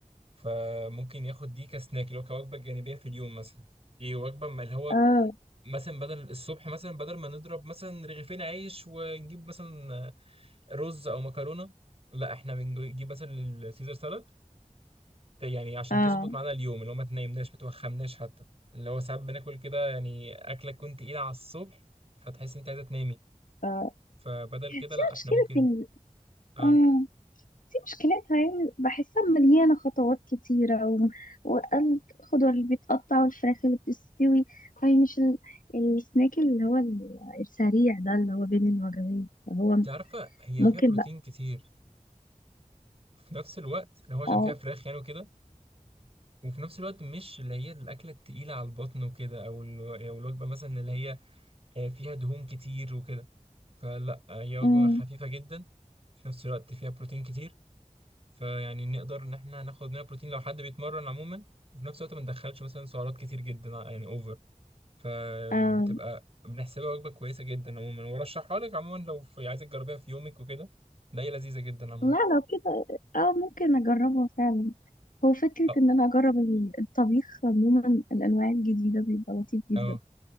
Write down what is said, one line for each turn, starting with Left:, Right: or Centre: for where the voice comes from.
Right: فممكن ياخد دي كسناك اللي هو كوجبه جانبيه في اليوم مثلا ايه وجبه ما اللي هو
Left: اه
Right: مثلا بدل الصبح مثلا بدل ما نضرب مثلا رغيفين عيش ونجيب مثلا رز او مكرونه لا احنا بنجيب مثلا السيزر سالاد ت- يعني عشان
Left: اه
Right: تظبط معانا اليوم اللي هو ما تنامناش ما توخمناش حتى اللي هو ساعات بناكل كده يعني اكله تكون تقيله على الصبح فتحس انت عايزه تنامي
Left: اه
Right: فبدل
Left: في
Right: كده لا احنا
Left: مشكلة
Right: ممكن
Left: ال...
Right: اه
Left: اه في مشكلتها يعني بحسها مليانة خطوات كتيرة و... والخضار اللي بيتقطع والفراخ اللي بتستوي فهي مش ال... السناك اللي هو ال- السريع ده اللي هو بين الوجبات فهو
Right: انت عارفه هي
Left: ممكن
Right: فيها بروتين
Left: بقى
Right: كتير في نفس الوقت اللي هو عشان
Left: اه
Right: فيها فراخ يعني وكده وفي نفس الوقت مش اللي هي الاكله التقيله على البطن وكده او ال- أو الوجبه مثلا اللي هي آه، فيها دهون كتير وكده فلا هي وجبه
Left: أمم،
Right: خفيفه جدا في نفس الوقت فيها بروتين كتير فيعني نقدر ان احنا ناخد منها بروتين لو حد بيتمرن عموما وفي نفس الوقت ما ندخلش مثلا سعرات كتير جدا يعني اوفر فبتبقى
Left: اه
Right: بنحسبها وجبه كويسه جدا عموما وارشحها لك عموما لو في عايزك تجربيها في يومك وكده لا هي لذيذه جدا عموما
Left: لا لو كده اه ممكن اجربه فعلا هو فكرة
Right: اه
Left: ان انا اجرب ال- الطبيخ عموما الانواع الجديدة بيبقى لطيف جدا
Right: اه